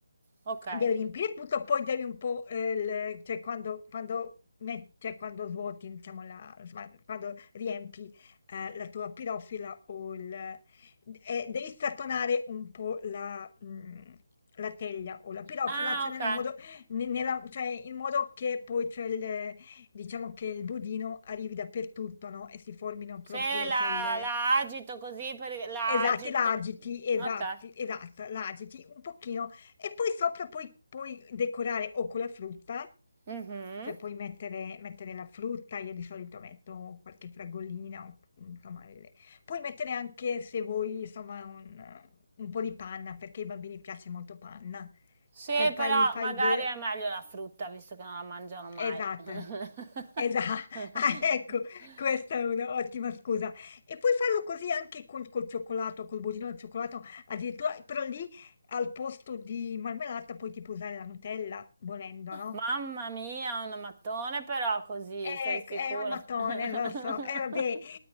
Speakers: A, on the right; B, on the left.
A: Ok.
B: devi riempire tutto, poi devi un po', eh, il- cioè quando, quando met- cioè quando svuoti, diciamo, la, insomma, quando riempi eh, la tua pirofila o il... eh, devi strattonare un po' la, mm, la teglia o la pirofila,
A: Ah,
B: cioè
A: ok.
B: nel modo, ne- nella- cioè in modo che poi c'è il, diciamo che il budino arrivi dappertutto, no? E si formino proprio,
A: Se la,
B: cioè, le,
A: la agito così, per, la
B: Esatti,
A: agito.
B: la agiti, esatti,
A: Ok.
B: esatto, la agiti un pochino e poi sopra puoi puoi decorare o con la frutta,
A: Mhm.
B: cioè puoi mettere mettere la frutta, io di solito metto qualche fragolina, o, mhmm, insomma le puoi mettere anche se vuoi insomma un un po' di panna, perché ai bambini piace molto panna.
A: Sì,
B: Cioè fai
A: però
B: fai
A: magari
B: de
A: è meglio la frutta, visto che non la mangiano mai.
B: Esatto,
A: <laughs>
B: esa <laughs> ah, ecco, questa è un'ottima scusa. E puoi farlo così anche col, col cioccolato, col budino al cioccolato, addirittura, però lì al posto di marmellata poi ti puoi tipo usare la Nutella, volendo, no?
A: Mamma mia, un mattone però così,
B: Eh,
A: sei sicura?
B: è un mattone,
A: <laughs>
B: lo so. E vabbè,